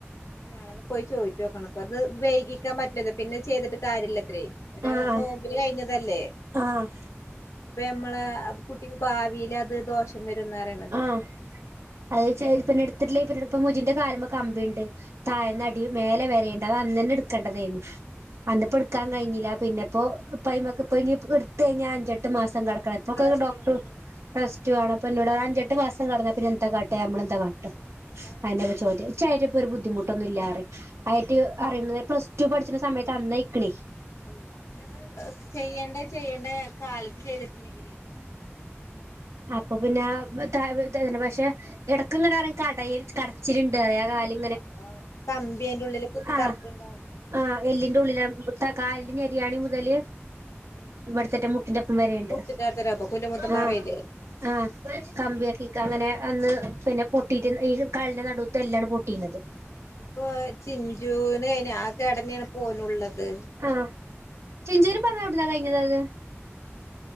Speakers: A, on the left; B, on the right.
A: ഇനി നാളൊന്ന് പോയി ചോയ്ചോക്കണം അപ്പത് വെയ്കിക്കാൻ പറ്റില്ലന്ന്, പിന്നെ ചെയ്തിട്ട് കാര്യല്ലാത്രേ. ഒര്
B: ആഹ്
A: നോമ്പിന് കയ്ഞ്ഞതല്ലേ,
B: ആഹ്
A: ഇപ്പോ ഞമ്മള് കുട്ടിക്ക് ഭാവിലത് ദോഷം വെരുംന്നറിയ
B: ആഹ് അത് ചെൽപ്പണ് ട്ത്തിട്ടില്ലെങ്കി പിന്നീടിപ്പം മുജിന്റെ കാല്മ്മേ കമ്പിണ്ട്, തായ്ന്നടിമേലെവെരേണ്ട്.
A: ആ
B: അത് അന്നെന്നേ ഇട്ക്കണ്ടതേര്ന്നു അന്നപ്പോ ക്കാൻ കയ്ഞ്ഞിലാ, പിന്നെപ്പോ ഇപൈമക്പ്പോ ഇനിപ്പോ എട്ത്ത്കഴിഞ്ഞാ അഞ്ചെട്ട് മാസം കട ക്കണം. പ്പോക്കെ
A: റെസ്റ്റ്
B: ഡോക്ടർ
A: വേണ്ടി വരും
B: റെസ്റ്റ്
A: ആ
B: വേണം അപ്പന്നോട് അഞ്ചെട്ട് മാസം കട്ന്ന പിന്നെന്താ കാട്ടാ ഞമ്മളെന്താ കാട്ടാ ത
A: അതാണ്
B: അയെന്നെപ്പോ ചോദ്യംഇച്ചയിന്പ്പോ ഒര് ബുദ്ധിമുട്ടൊന്നുല്ലാറി. അയ്റ്റ് അറിയുന്നത് പ്ലസ് ടു പഠിച്ചുന്ന സമയത്ത് അന്ന്അയ്ക്ക്ണെയ്.
A: അള്ളാഹ് ഞമ്മള് ചെയ്യണ്ടേ ചെയ്യേണ്ട കാലത്ത് ചെയ്തിട്ടില്ലെങ്കിലെയ്
B: അപ്പൊപിന്നാ <unintelligible> പക്ഷെ എടക്ക്ങ്ങനെ റയിം കടയല് കടച്ചില്ണ്ട് അയേകാല്
A: അപ്പോ കമ്പിയ്ന്റെ ഉള്ളില് കുത്തി
B: ആഹ്
A: തറക്ക്ണ്ടാവും.
B: ആഹ് എല്ലിന്റെ ഉള്ളില് താ കാലിന്റെ ഞെരിയാണി മുതല്
A: ഉം
B: ഇവട്ത്തെറ്റം മുട്ടിന്റെപ്പം വെരെണ്ട്,
A: മുട്ടിന്റെട്ത്തരെ അപ്പൊ കുഞ്ഞുമുത്തമ്മ
B: ആഹ്,
A: പറയില്ലേ
B: ആഹ് കമ്പിയക്കിക്ക അങ്ങനെ അന്ന് പിന്നെ പൊട്ടിയിട്ട് ഈ കാലിന്റെ നടുവത്തെ എല്ലാണ് പൊട്ടീണത്.
A: ത്പ്പോ ചിഞ്ചുന്അയ്ന് ആ കേടെന്നേണ് പോലുള്ളത്.
B: ആഹ് ചിഞ്ചൂര് പറഞ്ഞ എവിടുന്നാ കഴിഞ്ഞത് അത്